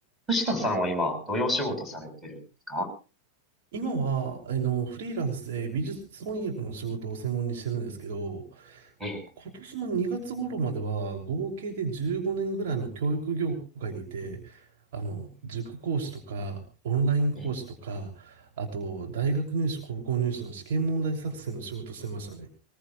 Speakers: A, in the centre; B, on the right (about 50°).
A: 藤田さんは今、どういうお仕事されてるんですか
B: 今は、あの、フリーランスで美術翻訳の仕事を専門にしてるんですけど、
A: ええ、
B: 今年の2月頃までは合計で15年ぐらいの教育業界にいて、あの、塾講師とか、オンライン講師とか、
A: ええ、
B: あと、大学入試、高校入試の試験問題作成の仕事してましたね。